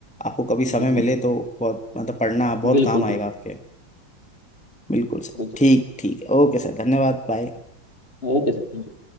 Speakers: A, in the centre; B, on the left.
A: आपको कभी समय
B: जी
A: मिले
B: जी जी
A: तो बहुत मतलब पढ़ना बहुत
B: बिल्कुल
A: काम आएगा
B: बिल्कुल
A: आपके बिल्कुल सर
B: बिल्कुल
A: ठीक
B: sir
A: ठीक ओके सर धन्यवाद बाय
B: okay sir thank you